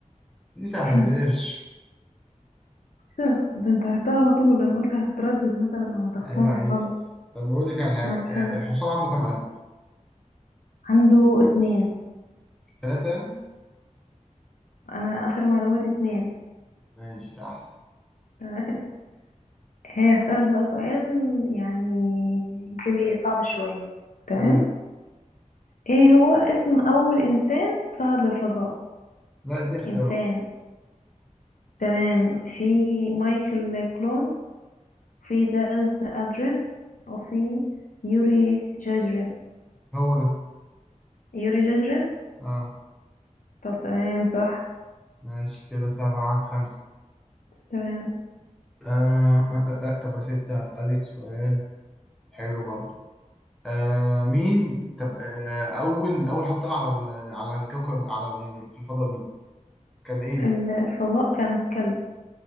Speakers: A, in the centre; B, on the left.
A: دي سهلة
B: <clears throat>
A: دي القرش
B: ده ده انت عرفتها على طول انا قلت هتتردد مثلا او هتختار
A: عيب عليك
B: غلط
A: طب بقول لك على حاجة
B: طب حلو
A: آه، الحصان عنده كام قلب؟
B: عنده اتنين
A: ثلاثة يعني؟
B: انا اخر معلوماتي اتنين
A: ماشي صح
B: <laughs> تمام هي هسألك بقى سؤال يعني يمكن ايه صعب شوية تمام
A: قول
B: ايه هو اسم اول انسان صعد للفضاء
A: لا دي اختيارات
B: انسان تمام في مايكل كلونز في باز ادرين وفي يوري جاجرين
A: هو ده
B: يوري جاجرين
A: اه
B: طب تمام صح
A: ماشي كده سبعة خمسة
B: تمام
A: آه آه آه آه. طب يا ستي هسألك سؤال حلو برضه آه مين طب آه آه، أول أول حد طلع على ال- على الكوكب على يعني في الفضاء مين؟ كان إيه؟
B: الفضاء كانت كلب